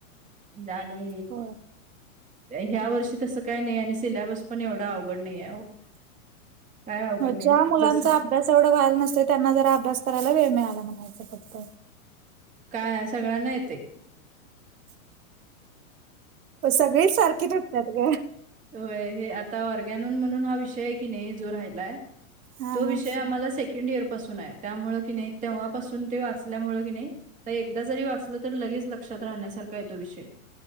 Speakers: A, on the right; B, on the right.
A: दाणे.
B: होय
A: ह्या वर्षी तसं काय नाही आणि सिलेबस पण एवढा अवघड नाही आहे ओ. काय अवघड नाही
B: ज्या मुलांचा
A: जस.
B: अभ्यास एवढं व्हायला नसते त्यांना जरा अभ्यास करायला वेळ मिळाला म्हणायचं फक्त.
A: काय सगळ्यांना येते.
B: ह. प सगळे सारखे टकतात ग.
A: य हे आता ऑरगॅनन म्हणून हा विषय आहे की नाही जो राहायलाय.
B: हा
A: तो विषय
B: हा
A: आम्हाला सेकंड इयर पासून आहे, त्यामुळ कि नाही तेव्हापासून ते वाचल्यामुळ कि नाही. तर एकदा जरी वाचलं तर लगेच लक्षात राहण्यासारखा आहे तो विषय.